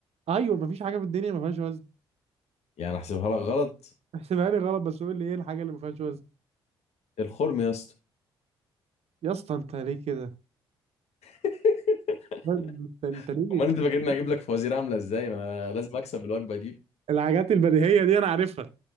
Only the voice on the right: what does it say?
أيوة ما فيش حاجة في الدنيا ما فيهاش وزن
<laughs> احسبها لي غلط بس قول لي إيه الحاجة اللي ما فيهاش وزن
يا اسطى أنت ليه كده
لا، أنت أنت ليه
الحاجات البديهية دي أنا عارفها